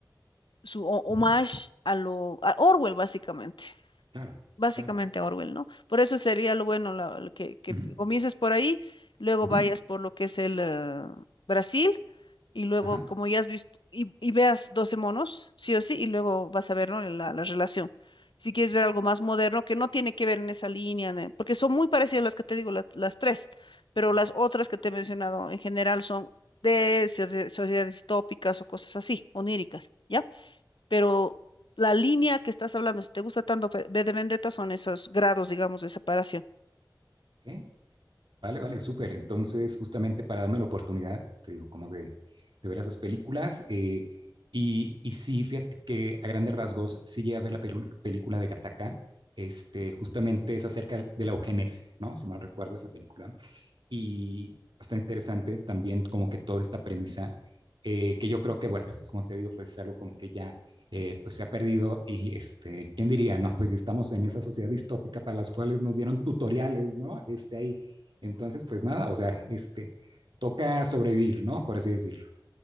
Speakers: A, on the left; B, on the right.
A: su ho- homage
B: Ujú.
A: a lo, a Orwell, básicamente
B: Claro,
A: básicamente
B: claro.
A: Orwell, ¿no? Por eso sería lo bueno la- lo que, que
B: Ujú.
A: comiences por ahí, luego
B: Ujú.
A: vayas por lo que es el eh, Brasil, y luego,
B: Ajá.
A: como ya has visto, y, y veas 12 monos, sí o sí, y luego vas a ver, ¿no? la, la relación. Si quieres
B: Ujú.
A: ver algo más moderno, que no tiene que ver en esa línea, ne- porque son muy parecidas las que te digo, la- las tres, pero
B: Ajá.
A: las otras que te he mencionado en general son de socie- sociedades tópicas o cosas así, oníricas, ¿ya? pero la línea que estás hablando, si te gusta tanto Fe- V de Vendetta, son esos grados, digamos, de separación.
B: Ok. Vale, vale, súper. Entonces, justamente para darme la oportunidad, te digo, como de, de ver esas películas. eh, y, y sí, fíjate que a grandes rasgos sí llegué a ver la pelu- película de Gattaca. Este, justamente es acerca de la eugenesia, ¿no? Si mal recuerdo esa película. Y está interesante también como que toda esta premisa, eh, que yo creo que, bueno, como te digo, pues es algo como que ya eh, pues se ha perdido y este, ¿quién diría? No, pues estamos en esa sociedad distópica para las cuales nos dieron tutoriales, ¿no? Este ahí. Entonces, pues nada, o sea, este, toca sobrevivir, ¿no? Por así decirlo.